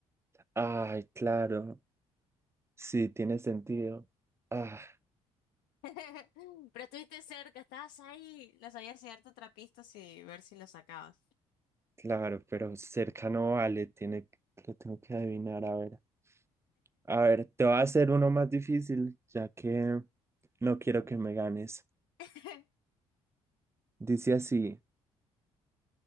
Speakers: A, on the right; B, on the left.
A: Ay, claro. Sí, tiene sentido. Ah,
B: <laughs> Pero estuviste cerca, estabas ahí. No sabías si darte otra pista y ver si lo sacabas.
A: claro, pero cerca no vale, tiene, que- lo tengo que adivinar, a ver. A ver, te voy a hacer uno más difícil, ya que no quiero que me ganes.
B: <laughs>
A: Dice así,